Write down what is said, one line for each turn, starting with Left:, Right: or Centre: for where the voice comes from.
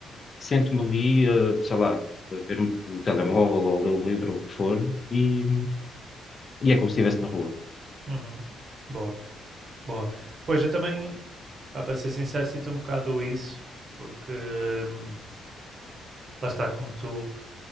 Left: Sento-me ali, eh, sei lá, a ver o telemóvel ou ler o livro ou o que for e, e é como se estivesse na rua.
Right: Uhum. Boa, boa. Pois, eu também, ah, para ser sincero, sinto um bocado isso, porque hum, lá está, como tu,